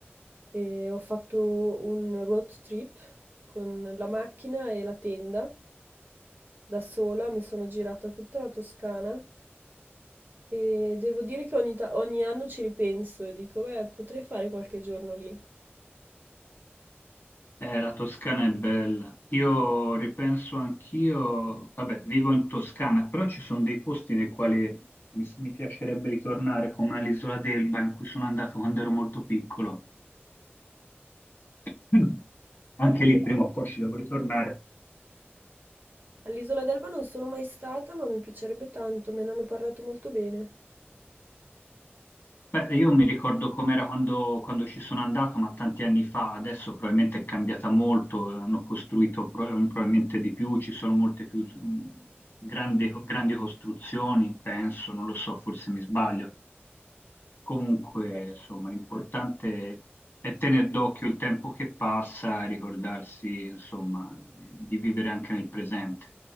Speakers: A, on the right; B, on the left.
A: e ho fatto un road trip con la macchina e la tenda. Da sola mi sono girata tutta la Toscana e devo dire che ogni, ta- ogni anno ci ripenso e dico, beh, potrei fare qualche giorno lì.
B: Eh, la Toscana è bella. Io ripenso anch'io, vabbè, vivo in Toscana, però ci sono dei posti nei quali mi, mi piacerebbe ritornare, come all'Isola d'Elba, in cui sono andato quando ero molto piccolo. <clears throat> Mm. Anche
A: Io lo
B: lì
A: so.
B: prima o poi ci devo ritornare.
A: All'isola d'Elba non sono mai stata, ma mi piacerebbe tanto, me ne hanno parlato molto bene.
B: Beh, io mi ricordo com'era quando, quando ci sono andato, ma tanti anni fa, adesso probabilmente è cambiata molto, hanno costruito pro- probabilmente di più, ci sono molte più mm, grandi grandi costruzioni, penso, non lo so, forse mi sbaglio. Comunque,
A: Veramente.
B: insomma, l'importante è tenere d'occhio il tempo che passa e ricordarsi, insomma, di vivere anche nel presente.